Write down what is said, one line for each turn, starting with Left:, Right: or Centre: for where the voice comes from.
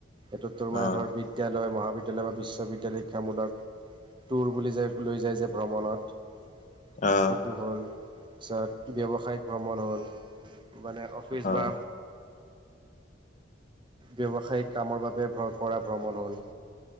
Right: এইটো তোৰ মানে
Left: অ অ
Right: ধৰ বিদ্যালয়, মহাবিদ্যায় বা বিশ্ববিদ্যালয় শিক্ষামূলক, টুৰ বুলি যে লৈ যায় যে ভ্ৰমণত।
Left: অ অ
Right: সেইটো হ'ল, পিছত ব্যৱসায়িক ভ্ৰমণ হ'ল। মানে অফিচ
Left: অ
Right: বা ব্যৱসায়িক কামৰ বাবে ভ্ৰ কৰা ভ্ৰমণ হ'ল।